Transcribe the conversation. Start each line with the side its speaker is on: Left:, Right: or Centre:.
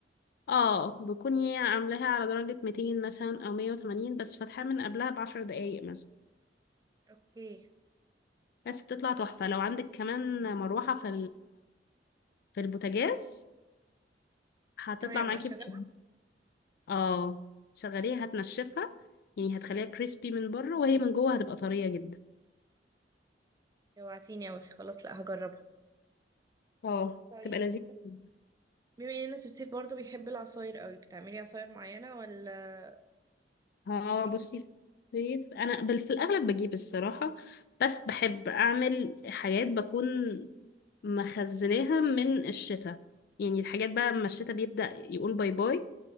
Left: اه بكوني عاملاها على درجة 200 مثلا أو 180 بس فاتحاها من قبلها بعشر دقايق مثلا
Right: اوكي
Left: بس بتطلع تحفة لو عندك كمان مروحة في في البوتاجاز هتطلع
Right: تمام
Left: معاكي
Right: انا شغالة
Left: بقى اه شغليها هتنشفها يعني هتخليها كريسبي من بره وهي من جوه هتبقى طرية جدا
Right: جوعتيني اوي خلاص لا هجربها
Left: اه
Right: طيب
Left: تبقى لذيذة جدا.
Right: بما اننا في الصيف برضو بيحب العصاير قوي بتعملي عصاير معينة ولا
Left: اه
Right: بتجيبي
Left: بصي في الصيف انا بل في الاغلب بجيب الصراحة بس بحب اعمل حاجات بكون مخزناها من الشتاء يعني الحاجات بقى لما الشتاء بيبدأ يقول باي باي